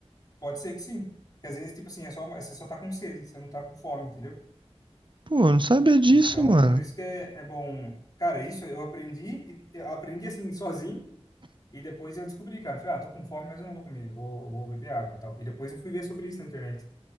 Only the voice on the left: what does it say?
pode ser que sim. Que às vezes, tipo assim, é só, uma- você só tá com sede, você não tá com fome, entendeu?
Então,
por isso que é, é bom. Cara, isso eu aprendi, e- eu aprendi assim, sozinho, e depois eu descobri, cara. Eu Falei, ah, tô com fome, mas eu não vou comer, vou, vou beber água e tal. E depois eu fui ver sobre isso na internet.